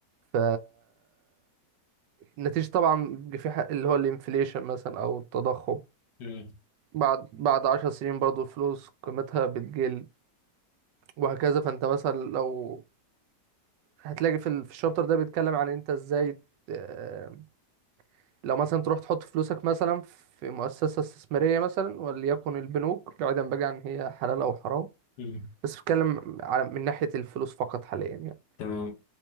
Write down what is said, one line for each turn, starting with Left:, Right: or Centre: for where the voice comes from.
Right: ف نتيجة طبعا بيبقى في حق اللي هو الانفليشن مثلا أو التضخم
Left: مم.
Right: بعد بعد عشر سنين برضو الفلوس قيمتها بتقل وهكذا فأنت مثلا لو هتلاقي في ال- في الشابتر ده بيتكلم عن أنت إزاي آه، لو مثلا تروح تحط فلوسك مثلا في مؤسسة استثمارية مثلا وليكن البنوك بعيدا بقى عن هي حلال أو حرام
Left: مم.
Right: بس بتكلم على من ناحية الفلوس فقط حاليا يعني
Left: تمام